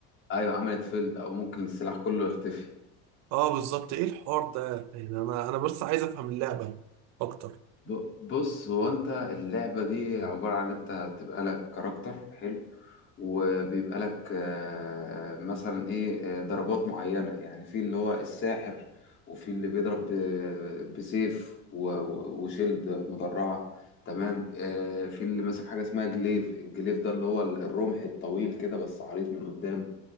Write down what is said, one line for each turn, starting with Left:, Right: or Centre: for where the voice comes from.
Left: ايوه عملت فيلد او ممكن السلاح كله يختفي
Right: اه بالظبط ايه الحوار ده يعني انا انا بس عايز افهم اللعبه اكتر
Left: ب- بص هو انت اللعبة دي عبارة عن انت تبقى لك كاركتر حلو وبيبقى لك آه، مثلا ايه آه، ضربات معينة يعني في اللي هو الساحر وفي اللي بيضرب ب- بسيف و- و- وشيلد مدرعة تمام آه، في اللي ماسك حاجة اسمها جليف الجليف ده اللي هو الرمح الطويل كده بس عريض من قدام